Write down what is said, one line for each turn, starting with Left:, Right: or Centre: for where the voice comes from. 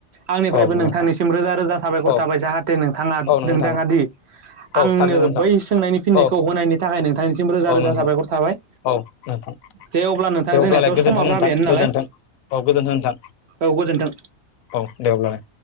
Right: आंनिफ्रायबो
Left: औ नोंथां
Right: नोंथांनिसिम रोजा रोजा साबायखर
Left: औ
Right: थाबाय जाहाथे नोंथाङा
Left: औ नोंथां
Right: नोंथाङा दि
Left: औ
Right: आंनो
Left: थारैनो नोंथां
Right: बै सोंनायनि फिननायखौ
Left: औ
Right: होनायनि थाखाय नोंथांनिसिम रोजा
Left: औ
Right: रोजा
Left: नोंथां
Right: साबायखर थाबाय
Left: औ नोंथां
Right: दे अब्ला नोंथांजों
Left: दे अब्लालाय
Right: जोंनियाथ'
Left: गोजोन्थों
Right: समा जाबायनो
Left: नोंथां
Right: नालाय।
Left: गोजोन्थों औ गोजोनथों
Right: औ गोजोन्थों।
Left: औ दे अब्लालाय।